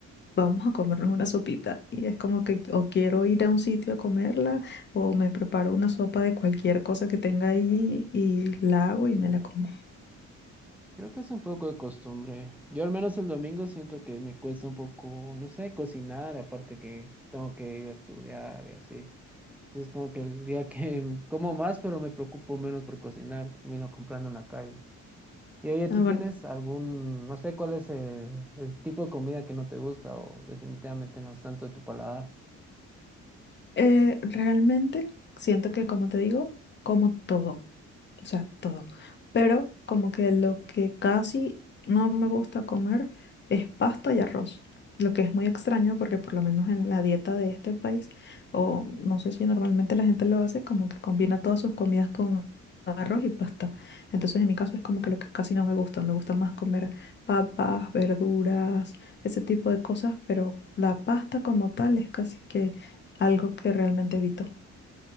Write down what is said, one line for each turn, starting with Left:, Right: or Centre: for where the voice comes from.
Left: vamos a comernos una sopita. Y es como que o quiero ir a un sitio a comerla o me preparo una sopa de cualquier cosa que tenga ahí y la hago y me la como.
Centre: Creo que es un poco de costumbre. Yo al menos el domingo siento que me cuesta un poco, no sé, cocinar, aparte que tengo que ir a estudiar y así. Entonces, como que el día que <laughs> como más, pero me preocupo menos por cocinar, termino comprando en la calle. Y oye,
Left: Ah,
Centre: ¿tú
Left: Bueno,
Centre: tienes algún, no sé cuál es el, el tipo de comida que no te gusta o definitivamente no es tanto de tu paladar?
Left: eh, realmente siento que, como te digo, como todo. o sea, todo. Pero como que lo que casi no me gusta comer es pasta y arroz, lo que es muy extraño porque por lo menos en la dieta de este país, o no sé si normalmente la gente lo hace, como que combina todas sus comidas con arroz y pasta. Entonces en mi caso es como que lo que casi no me gusta, me gusta más comer papas, verduras, ese tipo de cosas, pero la pasta como tal es casi que algo que realmente evito.